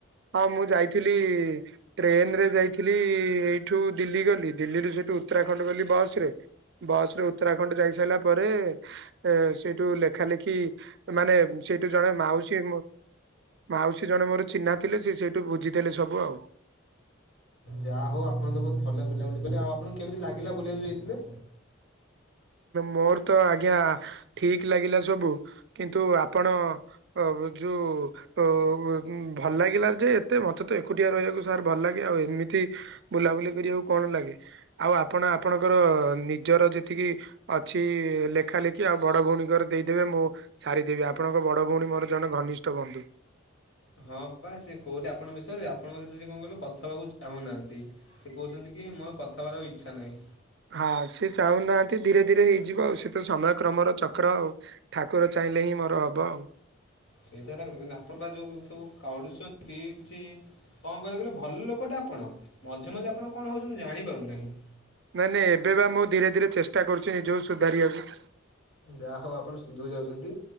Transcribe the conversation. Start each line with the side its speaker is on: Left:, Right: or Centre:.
Right: ହଁ ମୁଁ ଯାଇଥିଲି ଟ୍ରେନରେ ଯାଇଥିଲି ଏଇଠୁ ଦିଲ୍ଲୀ ଗଲି ଦିଲ୍ଲୀରୁ ସେଇଠୁ ଉତ୍ତରାଖଣ୍ଡ ଗଲି ବସରେ। ବସରେ ଉତ୍ତରାଖଣ୍ଡ ଯାଇସାରିଲା ପରେ ଏ ସେଇଠୁ ଲେଖାଲେଖି ମାନେ ସେଇଠୁ ଜଣେ ମାଉସୀ ମାଉସୀ ଜଣେ ମୋର ଚିହ୍ନା ଥିଲେ ସେ ସେଇଠୁ ବୁଝିଦେଲେ ସବୁ ଆଉ।
Left: ଯାହା ହଉ ଆପଣ ତ ବହୁତ ଭଲ ବୁଲାବୁଲି କଲେ ଆଉ ଆପଙ୍କୁ କେମିତି ଲାଗିଲା ବୁଲିବାକୁ ଯୋଉ ଯାଇଥିଲେ?
Right: ମୋର ତ ଆଜ୍ଞା ଠିକ ଲାଗିଲା ସବୁ କିନ୍ତୁ ଆପଣ ଆ ଯୋଉ ତ ଭଲ ଲାଗିଲାର ଯେ ଏତେ ମତେ ତ ଏକୁଟିଆ ରହିବାକୁ ସାର୍ ଭଲ ଲାଗେ ଆଉ ଏମିତି ବୁଲାବୁଲି କରିବାକୁ କଣ ଲାଗେ ଆଉ ଆପଣ ଆପଣଙ୍କର ନିଜର ଯେ ତିକି ଅଛି ଲେଖାଲେଖି ଆଉ ବଡ ଭଉଣୀଙ୍କର ଦେଇଦେବେ ମୁଁ ସାରିଦେବି ଆପଣଙ୍କ ବଡ ଭଉଣୀ ମୋର ଜଣେ ଘନିଷ୍ଠ ବନ୍ଧୁ।
Left: ହଁ ପା ସେ କୋଉଥି ଆପଣଙ୍କ ବିଷୟରେ ଆପଣଙ୍କ ସହିତ ସେ କଣ କହିଲ କଥା ହେବାକୁ ଚାହୁଁନାହାନ୍ତି। ସେ କହୁଛନ୍ତି କି ମୋର ଆଉ କଥାହେବାରେ ଆଉ ଇଚ୍ଛା ନାହିଁ।
Right: ହଁ ସେ ଚାହୁଁନାହାନ୍ତି ଧୀରେ ଧୀରେ ହେଇଯିବ ଆଉ ସେ ତ ସମୟକ୍ରମର ଚକ୍ର ଆଉ। ଠାକୁର ଚାହିଁଲେ ହିଁ ମୋର ହବ ଆଉ।
Left: ସେଇତ ହେଲା <unintelligible> କିୁ ଆପଣ ବା ଯୋଉ ସବୁ କରୁଚନ୍ତି କିଛି କଣ କହିଲେ କଲୁ ଭଲ ଲୋକଟା ଆପଣ ମଝିରେ ମଝିରେ ଆପଣଙ୍କ କଣ ହଉଚି ମୁଁ ଜାଣିପାରୁନାହିଁ।
Right: ନାଇଁ ନାଇଁ ଏବେ ବା ମୁଁ ଧୀରେ ଧୀରେ ଚେଷ୍ଟା କରୁଛି ନିଜକୁ ସୁଧାରିବାକୁ।
Left: ଯାହା ହଉ ଆପଣ ସୁଧୁରି ଯାଉଛନ୍ତି